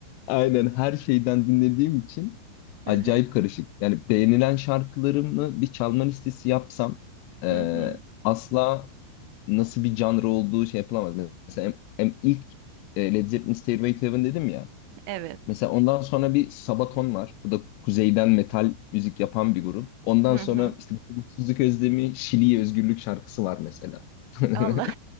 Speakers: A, on the left (about 80°); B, on the right (about 75°).
A: Aynen her şeyden dinlediğim için
B: Hı
A: acayip
B: hı.
A: karışık. Yani beğenilen şarkılarımı bir çalma listesi yapsam e,
B: Hı hı.
A: asla nasıl bir genre olduğu şey yapılamaz. Mesela em, em- ilk e, Led Zeppelin Stairway to Heaven dedim ya.
B: Evet.
A: Mesela ondan sonra bir Sabaton var. Bu da kuzeyden metal müzik yapan bir grup. Ondan
B: Hı
A: sonra
B: hı.
A: işte Bulutsuzluk Özlemi, Şili'ye Özgürlük şarkısı var mesela. <laughs>
B: Allah.